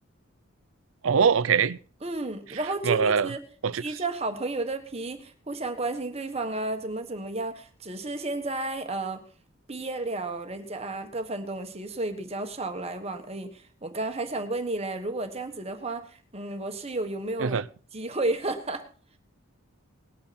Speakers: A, on the right; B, on the right.
A: 哦，OK，
B: 嗯，然后就一直披着好朋友的皮，
A: 我我觉得
B: 互相关心对方啊，怎么怎么样。只是现在呃，毕业了，人家啊各分东西，所以比较少来往而已。我刚还想问你嘞，如果这样子的话，嗯，我室友有没有机会？
A: <laughs>
B: <laughs>